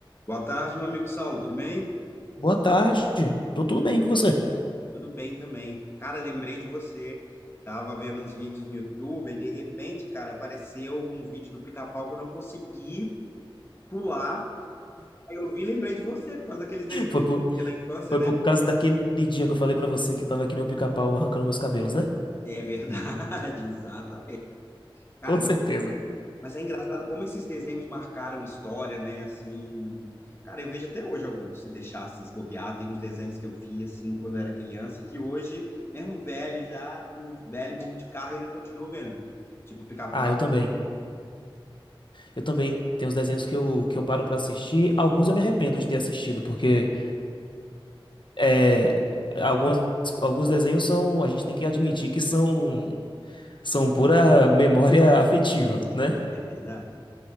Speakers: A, on the left (about 25°); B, on the left (about 60°).
A: Boa tarde, meu amigo Saulo, tudo bem?
B: Boa tarde. Tô tudo bem com você?
A: Tudo bem também. Cara, lembrei de você. Tava vendo uns vídeos no YouTube e de repente, cara, apareceu um vídeo do Pica-Pau que eu não consegui pular. Aí eu vi, e lembrei de você, por causa daqueles desenhos
B: Foi por,
A: que a gente tinha na infância,
B: foi
A: né?
B: por causa daquele dia que eu falei pra você que eu tava que nem um pica-pau arrancando meus cabelos, né?
A: É verdade, <laughs> exatamente. Cara,
B: <laughs> Com certeza.
A: mas Mas é engraçado como esses desenhos marcaram história, né? Assim, cara, eu vejo até hoje alguns, se deixassem se bobear, tem uns desenhos que eu vi assim quando eu era criança, que hoje, mesmo velho, já burro, de- velho, burro de carga, ainda continuo vendo. Tipo Pica-Pau.
B: Ah, eu também. Eu também tenho uns desenhos que eu, que eu paro pra assistir. Alguns eu me arrependo de ter assistido, porque é, algumas, alguns desenhos são, a gente tem que admitir que são, são pura memória afetiva, né?
A: É verdade.